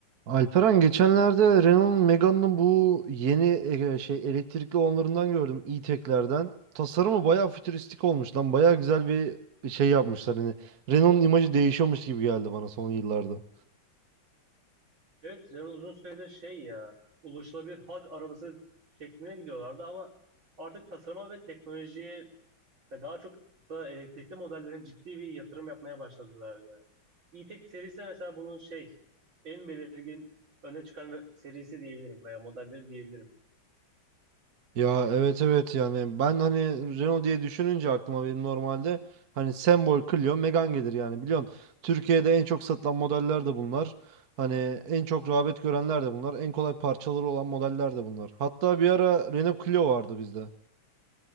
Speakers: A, on the right (about 55°); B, on the right (about 85°).
A: Alperen geçenlerde Renault'un Megane'ın bu yeni e, şey elektrikli olanlarından gördüm e-tech'lerden. Tasarımı bayağı fütüristik olmuş lan. Bayağı güzel bir şey yapmışlar hani. Renault'un imajı değişiyormuş gibi geldi bana son yıllarda.
B: Evet, Cem uzun süredir şey ya, ulaşılabilir halk arabası şekline gidiyorlardı ama artık tasarıma ve teknolojiye ve daha çok da elektrikli modellerin ciddi bir yatırım yapmaya başladılar ya. e-tech serisi mesela bunun şey, en belirgin öne çıkan ve- serisi diyebilirim veya modelleri diyebilirim.
A: Ya evet evet yani ben hani Renault diye düşününce aklıma benim normalde hani sembol Clio Megane gelir yani biliyorsun. Türkiye'de en çok satılan modeller de bunlar. Hani en çok rağbet görenler de bunlar. En kolay parçaları olan modeller de bunlar. Hatta bir ara Renault Clio vardı bizde.